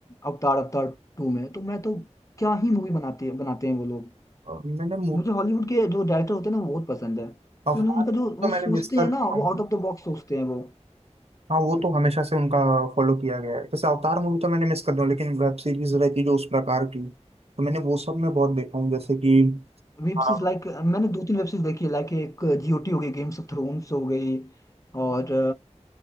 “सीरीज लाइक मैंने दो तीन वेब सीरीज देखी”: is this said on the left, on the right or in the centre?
Left